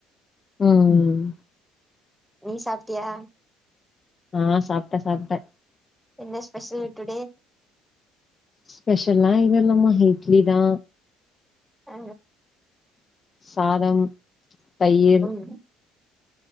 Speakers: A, on the left; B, in the centre.
A: ம்
B: நீ சாப்ட்டியா
A: ஆ சாப்ட்டே சாப்ட்டே
B: என்ன ஸ்பெஷல் டுடே
A: ஸ்பெஷல்லா எது இல்லாம இட்லி தா
B: ஆ
A: சாதம் தயிர்
B: ம்